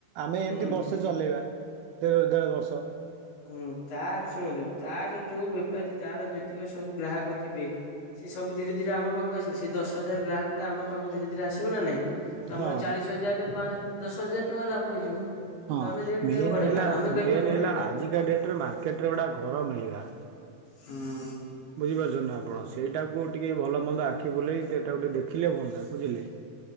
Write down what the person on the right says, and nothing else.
ଆମେ
ଏମତି ବର୍ଷେ ଚଲେଇବା, ଦେଢ଼ ଦେଢ଼ ବର୍ଷ
ହଁ।
ହଁ
ଭେନ
ହେଲା
ମେନ୍
ହେଲା ଆଜିକା ଡ଼େଟରେ ମାର୍କେଟରେ ଗୋଟା ଘର ମିଳିବା।
ବୁଝିପାରୁଛନ୍ତି ନା ଆପଣ? ସେଇଟାକୁ ଟିକେ ଭଲ ମନ୍ଦ ଆଖି ବୁଲେଇ ସେଟାକୁ ଟିକେ ଦେଖ ଦେଖିଲେ ହୁଅନ୍ତା ବୁଝିଲେ।